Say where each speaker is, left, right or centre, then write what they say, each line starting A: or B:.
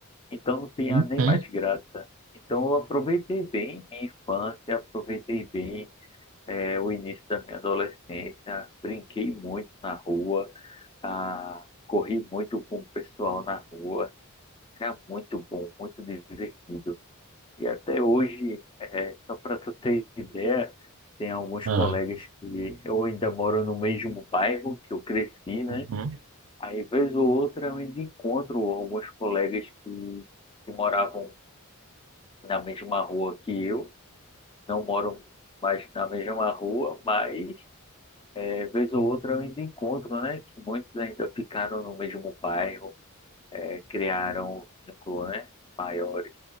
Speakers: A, on the left (about 25°); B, on the right (about 65°).
A: Então não tinha
B: hum,
A: nem
B: hum.
A: mais graça. Então eu aproveitei bem minha infância, aproveitei bem é, o início da minha adolescência, brinquei muito na rua, ah, corri muito com o pessoal na rua, era muito bom, muito divertido. E até hoje, é, só para tu ter ideia, tem alguns
B: Ah,
A: colegas que eu ainda moro no mesmo bairro que eu cresci, né?
B: uhum,
A: Aí, vez ou outra, eu ainda encontro alguns colegas que, que moravam na mesma rua que eu, não moram mais na mesma rua, mas É, vez ou outra eu ainda encontro, né? Que muitos ainda ficaram no mesmo bairro, é, criaram vínculos, né? Maiores.